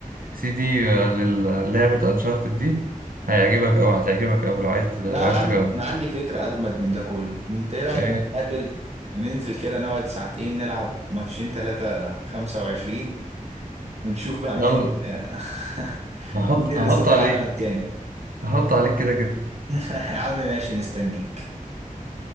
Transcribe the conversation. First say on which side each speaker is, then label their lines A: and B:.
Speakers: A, on the right; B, on the right.
A: سي دي للعبه انشارتد دي هيعجبك اوي هتعجبك اوي لو عايز لو
B: لا انا
A: عايز
B: عندي
A: تجرب
B: انا عندي فكره اجمد من ده كله انت ايه رايك
A: إيه،
B: نتقابل وننزل كده نقعد ساعتين نلعب ماتشين ثلاثه 25 ونشوف بقى مين
A: يلا
B: اللي <laughs>
A: هحط
B: مين اللي
A: هحط
B: صوته
A: عليك
B: اعلى من التاني
A: هحط عليك كده كده
B: <laughs> يا عم ماشي مستنيك